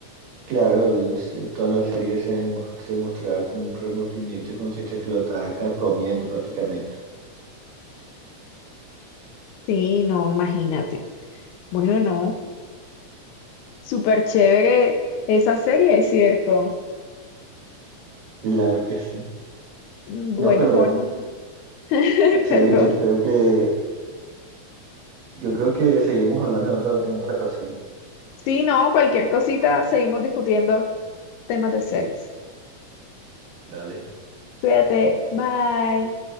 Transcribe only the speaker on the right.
Claro, él se- en toda la serie se, demos- se mostraba con un remordimiento y conciencia que lo estaba carcomiendo prácticamente.
Claro que sí.
No, pero
sí,
yo creo que Yo creo que seguimos hablando en otra, en otra ocasión.
Dale.